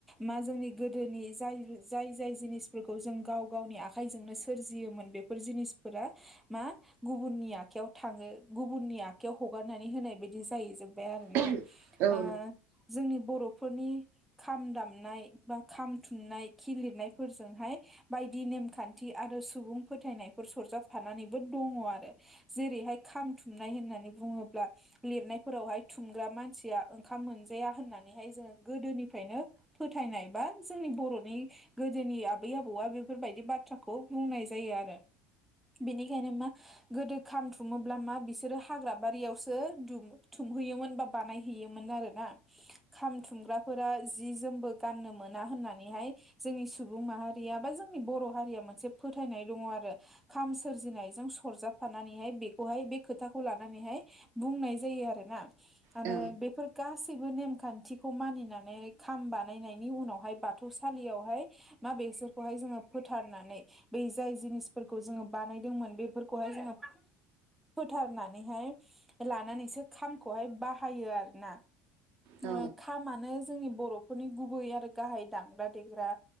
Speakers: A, in the centre; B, on the right.
A: मा जोंनि गोदोनि जायो जाय जाय जिनिफोरखौ जों गाव गावनि आखाइजोंनो सोरजियोमोन बेफोर जिनिसफोरा मा गुबुननि आखायाव थाङो गुबुननि आखाइायाव हगारनानै होनाय बायदि जायो बे आरोना।
B: औ
A: ओ जोंनि बर'फोरनि खाम दामनाय बा खाम थुननाय खि लिरनायफोरजोंहाय बायदि नेमखान्थि आरो सुबुं फोथायनायफोर सरजाबफानानैबो दङ आरो। जेरैहाय खामथुमनाय होननानै बुङोब्ला लिरनायफोरावहाय थुमग्रा मानसि या ओंखाम मोनजाया होननानैहाय जोङो गोदोनिफ्रायनो फोथायनाय बा जोंनि बर'नि गोदोनि आबै आबौआ बेफोरबायदि बाथ्राखौ बुंनाय जायो आरो। बेनिखायनो मा गोदो खाम थुमोब्ला मा बिसोरो हाग्रा बारियावसो दुम-थुमहैयोमोन बा बानायहैयोमोन आरोना खाम थुमग्राफोरा जि जोमबो गाननो मोना होननानैहाय जोंनि सुबुं माहारिया बा जोंनि बर' हारिया मोनसे फोथायनाय दङ आरो। खाम सोरजिनायजों सरजाबफानानैहाय बेखौहाय बे खोथाखौ लानानैहाय बुंनाय जायो आरोना। आरो
B: औ
A: बेफोर गासैबो नेम खान्थिखौ मानिनानै खाम बानायनायनि उनावहाय बाथौसालियावहाय मा बेसोरखौहाय जोङो फोथारनानै बै जाय जिनिस फोरखौ जोङो बानायदोंमोन बेफोरखौहाय जोङो फोथारनानैहाय लानानैसो खामखौहाय बाह बाहायो आरोना।
B: औ
A: ओ खामनो जोंनि बर'फोरनि गुबै आरो गाहाय दामग्रा देग्रा